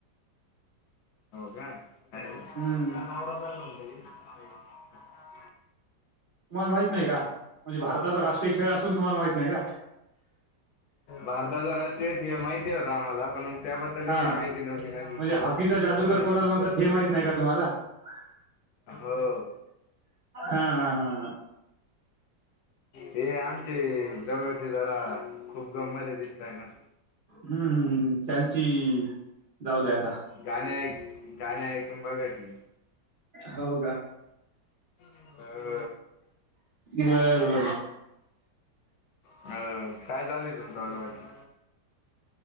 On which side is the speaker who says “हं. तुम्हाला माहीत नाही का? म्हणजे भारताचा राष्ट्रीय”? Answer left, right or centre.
Right